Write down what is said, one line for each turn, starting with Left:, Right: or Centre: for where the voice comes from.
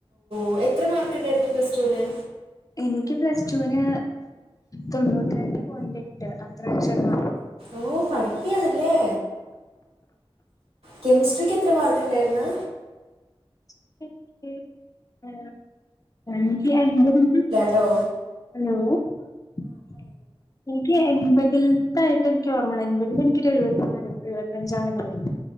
Right: ഓ.. എത്രമാർക്കുണ്ടായിരുന്നു, പ്ലസ്ടുവിന്.
Left: എനിക്കുപ്ലസ് ടുവിന് തൊണ്ണൂറ്റിരണ്ടു പോയിന്റെട്ട്, അത്രാ വചാണു.
Right: ഓ.. പഠിപ്പിയാണല്ലേ. കെമിസ്ട്രിക്കെത്ര- മാർക്കുണ്ടായിരുന്നു?
Left: <inaudible>
Right: ട്ടോ.
Left: ഹലോ... ! എനിക്ക് എൺപതിൽത്തായിട്ട് എനിക്ക് ഓർമ്മയുള്ളൂ എൺപതിൽ എനിക്കൊരു എഴുപത്തിനാലും എഴുപത്തിഞ്ചാം എങ്ങാണ്ടായിരുന്നു